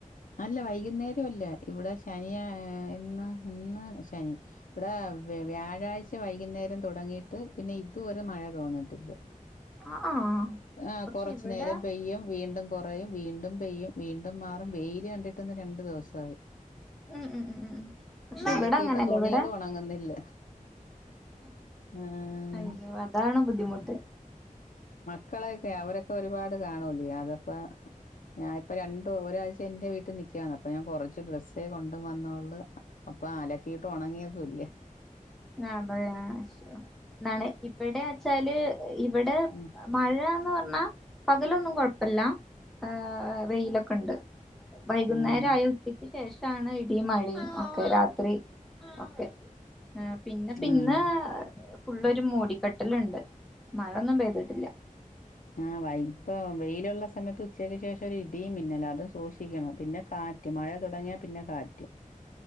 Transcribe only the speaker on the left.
അല്ല വൈക്ന്നേരം അല്ല ഇവ്ടെ ശനിയാ ഇന്ന് ഇന്ന് ശനി ഇവ്ടെ വ വ്യാഴാഴ്ച വൈക്ന്നേരം തുടങ്ങിട്ട് പിന്നെ ഇതുവരെ മഴ തോന്ന്ട്ടില്ല
ആഹ്
കോറച്ച്
നേരം പെയ്യും വീണ്ടും കോറയും വീണ്ടും പെയ്യും വീ മാറും വെയി... ല് കണ്ടിട്ട്ന്ന് രണ്ടു ദിവസായി
അലക്കിയിട്ട
തുണികൾ
ഉണങ്ങുന്നില്ല ഉം
മക്കളെക്കെ അവരൊക്കെ ഒരുപാട് കാണൂലേ അതപ്പാ ഞാനിപ്പോ രണ്ട്ടു ഒരാഴ്ച... എന്റെ വീട്ടിനിക്കാന്ന് അപ്പൊ ഞാൻ കുറച്ച് ഡ്രസ്സെകൊണ്ടുവന്നോള്ളു അപ്പൊ ആലക്കിട്ട് ഉണങ്ങിതുല്ല
ഉം
ഉം
ഉം
ആ വൈ ഇപ്പൊ വെയിലുള്ള സമയത്ത് ഉച്ചക്ക് ശേഷം ഒരു ഇടിയും മിന്നലാ അത് സൂക്ഷിക്കണം പിന്നെ കാറ്റും മഴ തുടങ്ങിയാ പിന്നെ കാറ്റും